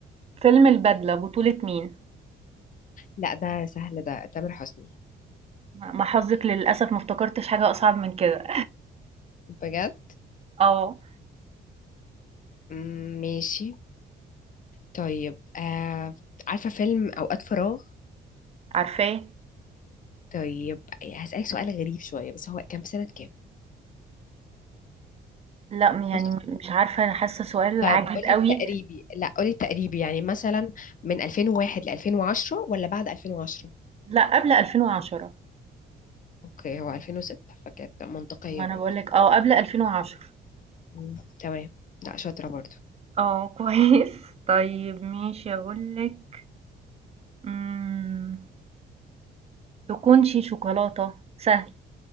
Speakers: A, on the right; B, on the left.
A: فيلم البدلة بطولة مين؟
B: لا ده سهل ده تامر حسني
A: ما ما حظِك للأسف ما افتكرتش حاجة أصعب من كده.
B: بجد
A: آه،
B: مم، ماشي طيب آه عارفة فيلم أوقات فراغ
A: عارفاه.
B: طيب هسألك سؤال غريب شوية بس هو كان في سنة كام
A: لأ، م يعني
B: قلت
A: م مش عارفة أنا حاسة سؤال
B: طيب
A: عجيب
B: قولي
A: أوي.
B: التقريبي لا قولي التقريبي يعني مثلا من 2001 ل 2010 ولا بعد 2010
A: لأ، قبل 2010
B: اوكي هو 2006 فكانت منطقية
A: ما أنا
B: برضو
A: باقول لِك آه، قبل 2010.
B: مم، تمام لا شاطرة برضو
A: آه، كويس. <laughs> طيب ماشي أقول لِك إمم، تكونشي شوكولاتة، سهل.